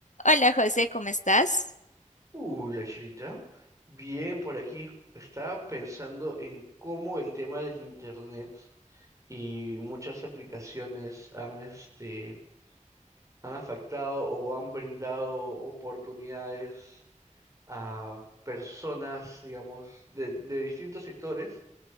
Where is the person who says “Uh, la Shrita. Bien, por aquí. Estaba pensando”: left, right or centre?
Right